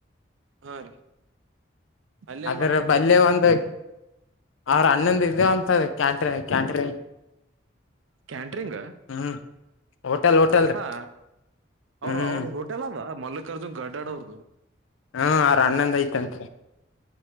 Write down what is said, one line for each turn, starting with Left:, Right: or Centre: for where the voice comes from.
Right: ಹಾ ರೀ ಅಲ್ಲಿ ಏನ್
Left: ಅದರ
Right: ಮಾಡ್ತಾರೆ
Left: ಬಲ್ಯ ಒಂದು. ಅವ್ರ ಅನ್ನೊಂದ ಇದು ಅಂತ ಕ್ಯಾಂಟ್ರಿ ಕ್ಯಾಂಟ್ರಿಂಗ್.
Right: ಕ್ಯಾಂಟ್ರಿಂಗ.
Left: ಹ್ಮ್ ಹೋಟೆಲ್ ಹೋಟೆಲ್ ರೀ
Right: ಹಾ ಅವರು
Left: ಹ್ಮ್
Right: ಅವ್ರು ಹೋಟೆಲ್ ಅದ ಮಲ್ಲಿಕಾರ್ಜುನ್ ಗಡ್ಡಾಡ್ ಅವ್ರುದು.
Left: ಹ್ಮ ಆವರಣ್ಣಂದ್ ಐತಂತ್ರಿ.